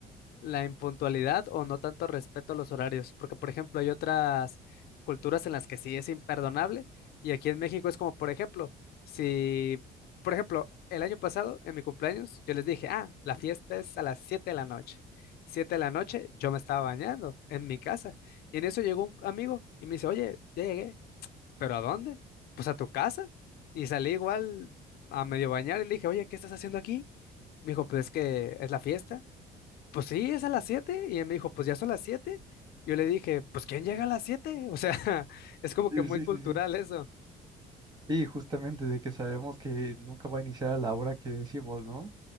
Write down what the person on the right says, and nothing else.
sí,
sí,
sí, sí. sí.
Y justamente de que sabemos que nunca va a iniciar a la hora que decimos, ¿no?